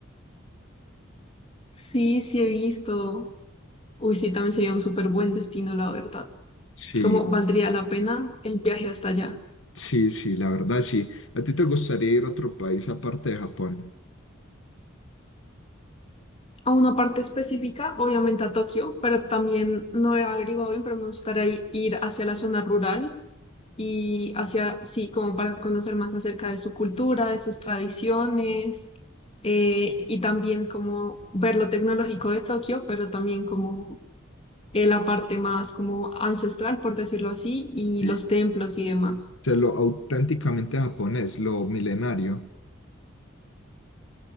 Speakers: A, on the left; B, on the left.
A: Sí, sí he visto. Uy, sí, también sería un súper buen destino, la verdad.
B: Sí,
A: Como valdría la pena el viaje hasta allá.
B: Sí, sí, la verdad, sí. ¿A ti te gustaría ir a otro país aparte de Japón?
A: A una parte específica, obviamente a Tokio, pero también no he averiguado bien, pero me gustaría i- ir hacia la zona rural y hacia, sí, como para conocer más acerca de su cultura, de sus tradiciones, eh, y también como ver lo tecnológico de Tokio, pero también como eh, la parte más como ancestral, por decirlo así, y
B: Sí.
A: los templos
B: O
A: y demás.
B: sea, lo auténticamente japonés, lo milenario.